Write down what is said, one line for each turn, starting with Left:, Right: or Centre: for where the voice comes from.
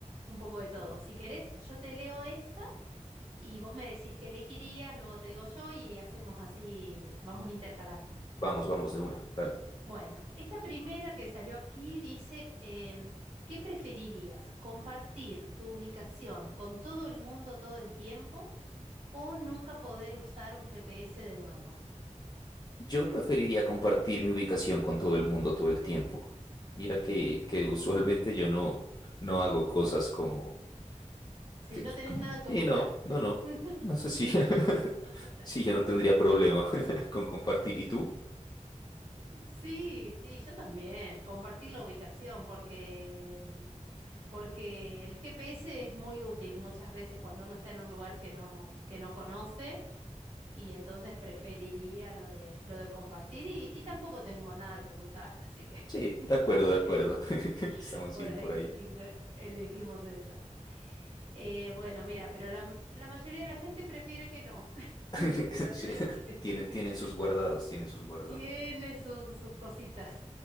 Right: un poco de todo. Si querés, yo te leo esta. Y vos me decís qué elegirías, luego te digo yo y hacemos así, vamos intercalando.
Left: Vamos, vamos, de una, dale.
Right: Bueno, esta primera que salió aquí dice, em, ¿qué preferirías? ¿Compartir tu ubicación con todo el mundo todo el tiempo o nunca poder usar un GPS de nuevo?
Left: Yo preferiría compartir mi ubicación con todo el mundo todo el tiempo. Mira que, que usualmente yo no, no hago cosas como...
Right: Si
Left: Que...
Right: no tenés nada que
Left: Y
Right: ocultar.
Left: no, no, no.
Right: <laughs>
Left: No sé si... <laughs> Sí, yo
Right: Está
Left: no tendría
Right: muy
Left: problema
Right: bien.
Left: <laughs> con compartir. ¿Y tú?
Right: Sí, sí, yo también. Compartir la ubicación porque, mm, porque el GPS es muy útil muchas veces cuando uno está en un lugar que no, que no conoce y entonces preferiría lo de, lo de compartir y, y tampoco tengo nada que ocultar, así que
Left: Sí,
Right: <laughs>
Left: de
Right: vamos
Left: acuerdo, de acuerdo.
Right: bien. <laughs>
Left: <laughs> Estamos
Right: Por
Left: bien
Right: ahí
Left: por ahí.
Right: elige- elegimos esa. Eh, bueno, mira, pero la, la mayoría de la gente prefiere que no. <laughs>
Left: <laughs>
Right: ¿Viste que salió
Left: Sí,
Right: ahí? <laughs>
Left: tienen, tienen sus guardados, tienen sus guardados.
Right: Que Tiene sus sus cositas.